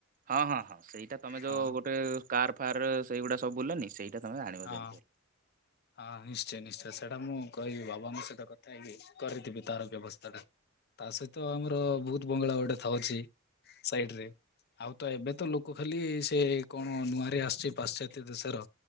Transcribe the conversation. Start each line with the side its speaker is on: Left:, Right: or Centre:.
Right: ହଁ ହଁ ହଁ ସେଇଟା ତମେ
Left: ହଁ
Right: ଯୋଉ ଗୋଟେ କାର ଫାର ସେଇଗୁଡା ସବୁ ବୁଲେନି ସେଇଟା ତମେ ଆଣିବ
Left: ହଁ
Right: ଯେମିତି ହେଲେ।
Left: ହଁ ନିଶ୍ଚୟ ନିଶ୍ଚୟ ସେଇଟା ମୁଁ କହିବି ବାବାଙ୍କ ସହିତ କଥା ହେଇକି କରେଇ ଦେବି ତାର ବ୍ୟବସ୍ଥା ଟା। ତା ସହିତ ଆମର ବହୁତ ବଙ୍ଗଳା ଗୋଟେ ଥାଉଚି। ସାଇଟ ରେ। ଆଉ ତ ଏବେ ତ ଲୋକ ଖାଲି ସେ କଣ ନୂଆରେ ଆସିଚି ପାଶ୍ଚାତ୍ୟ ଦେଶର